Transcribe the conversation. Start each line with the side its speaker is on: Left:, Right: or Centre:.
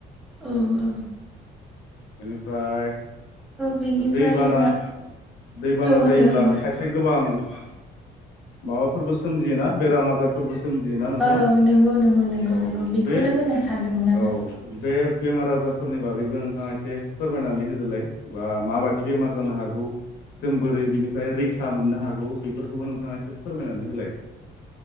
Centre: औ औ।
Left: बेनिफ्राय
Centre: बेनिफ्राय
Left: दैबाना
Centre: मा
Left: दैबाना
Centre: औ होनदो
Left: जायोब्ला
Centre: होनदो
Left: खायसे गोबां मा? फोरबो सोमजियोना बेराम आजारफोरबो सोमजियोना नोंथां
Centre: औ नंगौ नंगौ नंगौ
Left: औ
Centre: नंगौ बेखौनो
Left: बे
Centre: होननो सानदोंमोन आङो
Left: औ बे बेमार आजारफोरनि बागैबो नोंथाङा एसे फोरमायनानै होदोलाय बा माबायदि बेमार जानो हागौ जों बोरै बिनिफ्राय रैखा मोननो हागौ बेफोरखौबो नोंथाङा एसे फोरमायनानै होलाय।